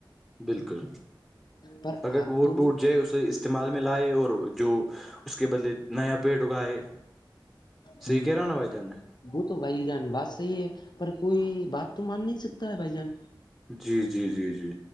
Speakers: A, in the centre; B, on the left.
A: بلکل
B: پر
A: اگر
B: آپ
A: وہ
B: تو
A: ٹوٹ جائے اسے استعمال میں لائے اور جو اس کے بدلے نیا پیڈ اگائے
B: ہی
A: صحیح کہہ رہا ہوں نا بھائی
B: <inaudible>
A: جان میں
B: <inaudible> وہ تو بھائی جان بات صحیح ہے پر کوئی بات تو مان نہیں سکتا ہے بھائی جان
A: جی جی جی جی